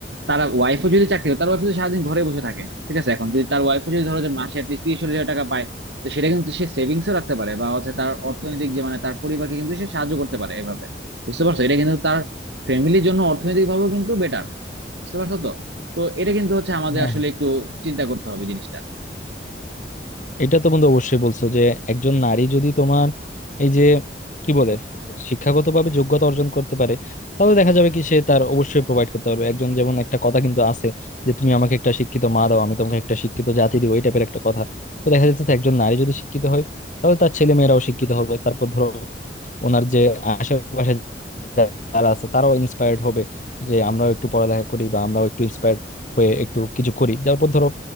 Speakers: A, on the right; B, on the left.
A: তার ওয়াইফও যদি চাকরি করে তার ওয়াইফ যদি সারাদিন ঘরে বসে থাকে ঠিক আছে এখন যদি তার ওয়াইফও যদি ধরো যে মাসে অ্যাটলিস্ট তিরিশ চল্লিশ হাজার টাকা পায় তো সেটা কিন্তু সে সেভিংসও রাখতে পারে বা হচ্ছে তার অর্থনৈতিক যে মানে তার পরিবারকে কিন্তু সে সাহায্য করতে পারে এভাবে বুঝতে পারছো এটা কিন্তু তার ফ্যামিলির জন্য অর্থনৈতিকভাবেও কিন্তু বেটার বুঝতে পারছো তো তো এটা কিন্তু হচ্ছে আমাদের
B: হ্যাঁ
A: আসলে একটু চিন্তা করতে হবে জিনিসটা
B: এটা তো বন্ধু অবশ্যই বলছো যে একজন নারী যদি তোমার এই যে কি বলে শিক্ষাগতভাবে যোগ্যতা অর্জন করতে পারে তাহলে দেখা যাবে কি সে তার অবশ্যই প্রোভাইড করতে পারবে একজন যেমন একটা কথা কিন্তু আছে যে তুমি আমাকে একটা শিক্ষিত মা দাও আমি তোমাকে একটা শিক্ষিত জাতি দিব এই টাইপের একটা কথা তো দেখা যাচ্ছে একজন নারী যদি শিক্ষিত হয় তাহলে তার ছেলে মেয়েরাও শিক্ষিত হবে তারপর ধরো ওনার যে আশেপাশে যারা আছে তারাও ইন্সপায়ার্ড হবে যে আমরাও একটু পড়ালেখা করি বা আমরাও একটু ইন্সপায়ার্ড হয়ে একটু কিছু করি তারপর ধরো